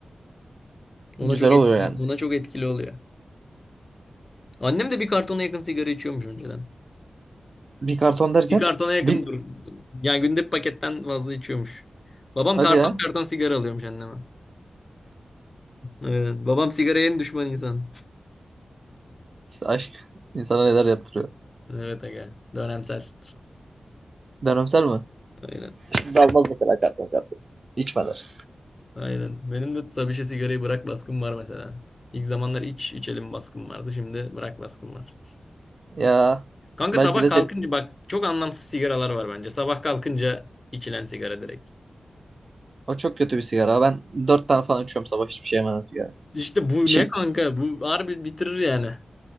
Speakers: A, on the left; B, on the right.
A: Ona
B: Güzel
A: çok
B: oluyor
A: etkili,
B: yani.
A: ona çok etkili oluyor. Annem de bir kartona yakın sigara içiyormuş önceden.
B: Bir karton derken
A: Bir kartona yakın
B: bir
A: dur. Yani günde bir paketten fazla içiyormuş. Babam
B: hadi
A: karton
B: ya.
A: karton sigara alıyormuş anneme. Evet. Babam sigaraya en düşman insan.
B: İşte aşk insana neler yaptırıyor.
A: Evet aga. Dönemsel.
B: Dönemsel mi?
A: Aynen.
B: Şimdi almaz mesela karton karton. İçmeler.
A: Aynen. Benim de tabii şey sigarayı bırak baskım var mesela. İlk zamanlar iç içelim baskım vardı. Şimdi bırak baskım var.
B: Ya
A: Kanka
B: belki
A: sabah
B: de
A: kalkınca
B: sen
A: bak çok anlamsız sigaralar var bence. Sabah kalkınca içilen sigara direkt.
B: O çok kötü bir sigara. Ben dört tane falan içiyorum sabah hiçbir şey yemeden sigara.
A: İşte bu
B: İşe,
A: ne kanka? Bu harbi bitirir yani.